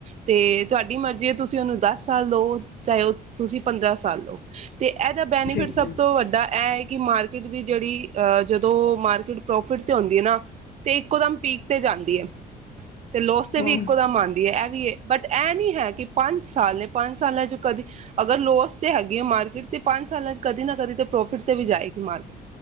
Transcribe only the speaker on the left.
ਠੀਕ
ਹੈ
ਹੂੰ